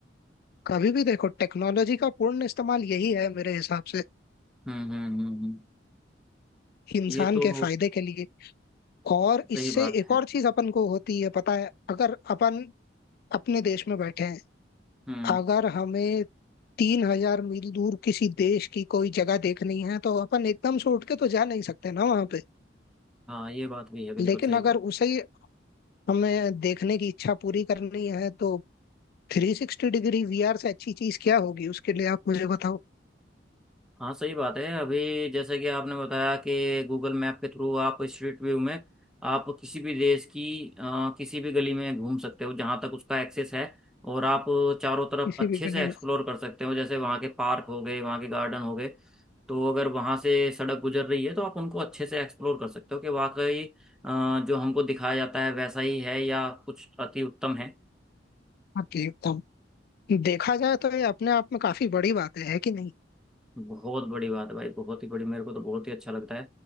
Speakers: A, on the left; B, in the centre.
A: कभी भी देखो टेक्नोलॉजी का पूर्ण इस्तेमाल यही है मेरे हिसाब से
B: हम्म हम्म हम्म हम्म।
A: इंसान
B: ये तो
A: के फायदे के लिए और इससे
B: सही बात
A: एक
B: है
A: और चीज अपन को होती है पता है अगर अपन अपने देश में बैठे हैं
B: हम्म
A: अगर हमें तीन हजार मील दूर किसी देश की कोई जगह देखनी है तो अपन एकदम से उठ के तो जा नहीं सकते ना वहां पे
B: हाँ ये बात भी है बिल्कुल
A: लेकिन
B: सही
A: अगर
B: बात है
A: उसे हमें देखने की इच्छा पूरी करनी है तो थ्री सिक्सटी डिग्री वीआर से अच्छी चीज क्या होगी उसके लिए आप मुझे बताओ
B: हाँ सही बात है अभी जैसे कि आपने बताया कि गूगल मैप के थ्रू आप स्ट्रीट व्यू में आप किसी भी देश की अ, किसी भी गली में घूम सकते हो जहाँ तक उसका एक्सेस है और आप चारों तरफ
A: किसी
B: अच्छे
A: भी के
B: से
A: लिए
B: एक्सप्लोर
A: मैं
B: कर सकते हो जैसे वहाँ के पार्क हो गए वहाँ के गार्डन हो गए तो अगर वहाँ से सड़क गुजर रही है तो आप उनको अच्छे से एक्सप्लोर कर सकते हो कि वाकई अ, जो हमको दिखाया जाता है वैसा ही है या कुछ अति उत्तम है
A: आपके लिए बताऊं। देखा जाए तो ये अपने आप में काफी बड़ी बात है है कि नहीं
B: बहुत बड़ी बात है भाई बहुत ही बड़ी मेरे को तो बहुत ही अच्छा लगता है